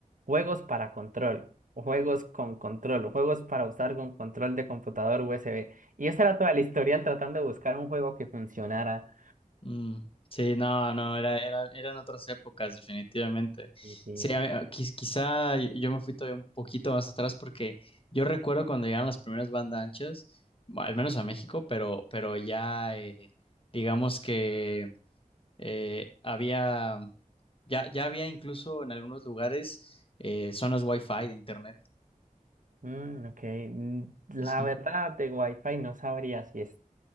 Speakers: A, on the right (about 65°); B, on the left (about 40°).
A: juegos para control, juegos con control, juegos para usar con control de computador USB. Y esa era toda la historial tratando de buscar un juego que funcionara.
B: Mm, sí, no, no, era, era, eran otras épocas, definitivamente. Sí,
A: sí sí,
B: a mí- a- quiz- quizá yo yo me fui todavía un poquito más atrás porque yo recuerdo cuando llegaron las primeras bandas anchas, bueno, al menos a México, pero, pero ya eh, digamos que eh, había, ya, ya había incluso en algunos lugares eh, zonas fi de internet.
A: mm, ok, mm, la
B: Sí,
A: verdad de Wi-Fi no sabría si es